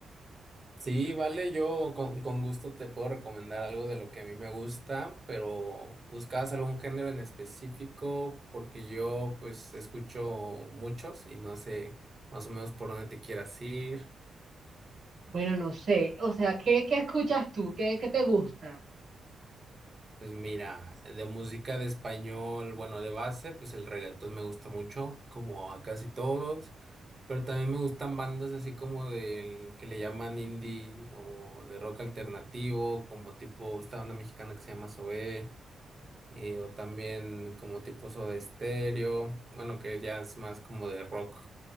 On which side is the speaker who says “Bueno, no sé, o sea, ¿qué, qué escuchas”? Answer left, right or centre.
Right